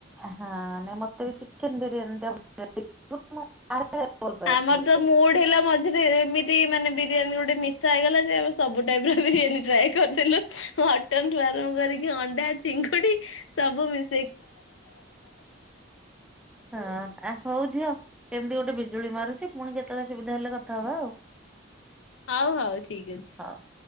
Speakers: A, in the centre; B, on the left.
A: ହଁ ନାଇ ମତେ ବି ଚିକେନ ବିରିୟାନୀ ଟା <unintelligible> ଭଲ ପାଏନି।
B: ଆମର ତ ମୁଡ୍ ହେଲା ମଝିରେ ଏମିତି ମାନେ ବିରିୟାନୀ ଗୋଟେ ନି ଶା ହେଇଗଲା ଯେ ଆମେ ସବୁ ଟାଇମ୍ ରେ ବିରିୟାନୀ ଟ୍ରାଏ କରିଦେଲୁ ମଟନଠୁ ଆରମ୍ଭ କରିକି ଅଣ୍ଡା ଚିଙ୍ଗୁଡି ସବୁ ମିଶ
A: ହଁ ହଉଝିଅ କେମିତି। ଗୋଟେ ବିଜୁଳି ମାରୁଛି ପୁଣି କେତେବେଳେ ସୁବିଧା ହେଲେ କଥା ହବା ଆଉ।
B: ହଉ ହଉ ଠିକ୍ ଅଛି।
A: ହଉ